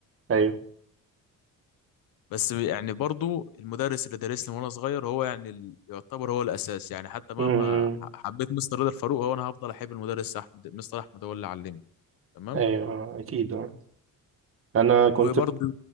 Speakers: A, on the right (about 40°); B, on the left (about 80°).
A: ايوه
B: بس يعني برضو المدرس اللي دارسني وانا صغير هو يعني ال- يعتبر هو الاساس يعني حتى مهما
A: امم
B: ح- حبيت مستر رضا الفاروق هو انا هفضل احب المدرس احمد مستر احمد هو اللي علمني تمام
A: ايوه أه. اكيد آه. انا كنت
B: وبرضه